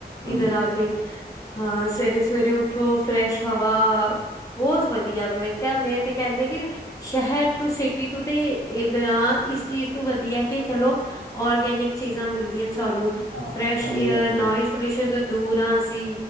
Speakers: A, on the right; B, on the left.
A: ਹੂੰ
B: ਇੱਧਰ ਆ ਕੇ, ਹਾਂ ਸਵੇਰੇ- ਸਵੇਰੇ ਉਠੋ ਫਰੈਸ਼ ਹਵਾ- ਬਹੁਤ ਵਧੀਆ ਮੈ ਕਿਹਾ ਮੈ ਤੇ ਕਹਿੰਦੀ ਆ ਕਿ- ਸ਼ਹਿਰ ਤੂੰ ਸਿਟੀ ਤੂੰ ਤੇ ਗ੍ਰਾਂ- ਇਸ ਚੀਜ਼ ਤੋਂ ਵਧੀਆ ਕਿ ਚਲੋ, ਔਰਗੈਨਿਕ ਚੀਜ਼ਾਂ ਮਿਲਦੀਆਂ ਨੇ ਸਾਨੂੰ
A: ਹਾਂ
B: ਫਰੈਸ਼
A: ਹਾਂਜੀ
B: ਏਅਰ,
A: ਹਾਂਜੀ
B: ਨੋਇਜ਼ ਪੋਲਿਊਸ਼ਨ ਤੋਂ ਦੂਰ ਅਸੀ